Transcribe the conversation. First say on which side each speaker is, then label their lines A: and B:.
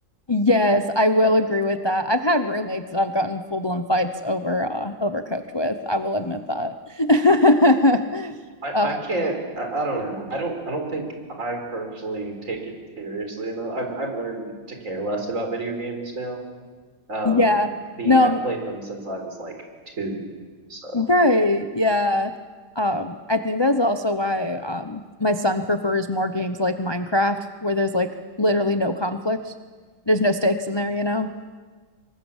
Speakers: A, on the left (about 30°); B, on the right (about 45°).
A: Yes, I will agree with that. I've had roommates that I've gotten full-blown fights over uh overcooked with. I will admit that.
B: <laughs>
A: <laughs>
B: I,
A: Uh,
B: I can't. I, I don't know. I don't. I don't think I personally take it seriously enough. I've I've learned to care less about video games now. Um,
A: yeah.
B: being
A: No,
B: I've
A: um,
B: played them since I was like two, so
A: right. Yeah. Um, I think that's also why um my son prefers more games like Minecraft, where there's like literally no conflict. There's no stakes in there, you know?